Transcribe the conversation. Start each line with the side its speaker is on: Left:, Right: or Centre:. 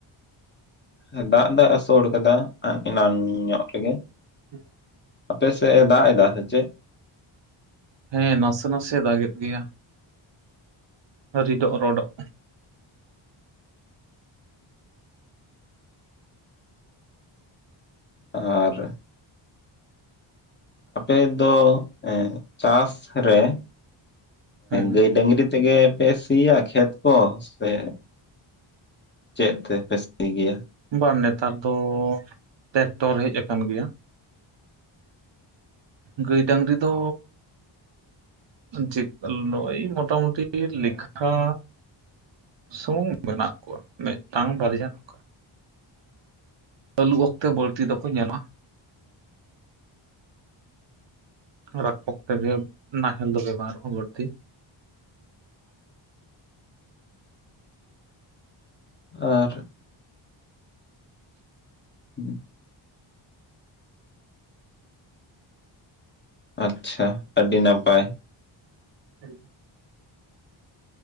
Left: ᱦᱮᱸ ᱫᱟᱜ ᱫᱚᱭ ᱟᱥᱳᱲ ᱠᱟᱫᱟ ᱮᱱᱟᱱ ᱧᱚᱜ ᱨᱮᱜᱮ
Right: ᱦᱮᱸ᱾
Left: ᱟᱯᱮ ᱥᱮᱫ ᱮ ᱫᱟᱜ ᱮᱫᱟ ᱥᱮ ᱪᱮ?
Right: ᱦᱮᱸ ᱱᱟᱥᱮ ᱱᱟᱥᱮ ᱫᱟᱜᱮᱫ ᱜᱮᱭᱟ᱾ ᱨᱤᱰᱚᱜ ᱨᱚᱰᱚᱜ
Left: ᱟᱨ ᱟᱯᱮᱫ ᱫᱚ, ᱮ ᱪᱟᱥ ᱨᱮ,
Right: ᱦᱮᱸ
Left: ᱜᱟᱹᱭ ᱰᱟᱹᱝᱨᱤ ᱛᱮᱜᱮ ᱯᱮ ᱥᱤᱭᱟ ᱠᱷᱮᱛ ᱠᱚ ᱥᱮ ᱪᱮᱫ ᱛᱮᱯᱮ ᱥᱤ ᱜᱮᱭᱟ?
Right: ᱵᱟᱝ ᱱᱮᱛᱟᱨ ᱫᱚ ᱴᱮᱠᱴᱚᱨ ᱦᱮᱡ ᱠᱟᱱ ᱜᱮᱭᱟ᱾ ᱜᱟᱹᱭ ᱰᱟᱝᱨᱤ ᱫᱚ ᱡᱮᱠ ᱞᱚᱭ ᱢᱚᱴᱟ ᱢᱩᱴᱤ ᱞᱮᱠᱷᱟ ᱥᱩᱢᱩᱝ ᱢᱮᱱᱟᱜ ᱠᱚᱣᱟ, ᱢᱤᱫᱴᱟᱝ ᱵᱟᱨᱭᱟ ᱱᱚᱝᱠᱟ ᱟᱹᱞᱩ ᱚᱠᱛᱮ ᱵᱟᱹᱲᱛᱤ ᱫᱚᱠᱚ ᱧᱮᱞᱚᱜᱼᱟ᱾ ᱨᱟᱯ ᱚᱠᱛᱮ ᱜᱮ ᱱᱟᱦᱮᱞ ᱫᱚ ᱵᱮᱵᱟᱨᱚ ᱟ ᱵᱟᱹᱲᱛᱤ᱾
Left: ᱟᱨ <inaudible> ᱟᱪᱪᱷᱟ ᱟᱹᱰᱤ ᱱᱟᱯᱟᱭ᱾
Right: ᱦᱮᱸ᱾